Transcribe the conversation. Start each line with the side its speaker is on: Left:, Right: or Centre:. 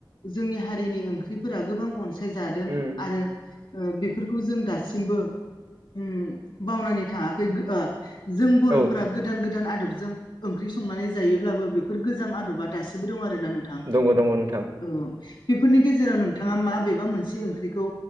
Left: जोंनि हारिनि ओंख्रिफोरा गोबां अनसाय सायजादों
Right: उम
Left: आरो ओ बेफोरखौ जों दासिमबो उम बावनानै थाङाखै ओ जों बर'फोरा
Right: औ
Left: गोदान गोदान आदब जों ओंख्रि संनानै जायोब्लाबो बेफोर गोजाम आदबा दासिमबो दं आरो ना नोंथां
Right: दङ दङ नोंथां
Left: औ बेफोरनि गेजेराव नोंथाङा मा बेेबा मोनसे ओंख्रिखौ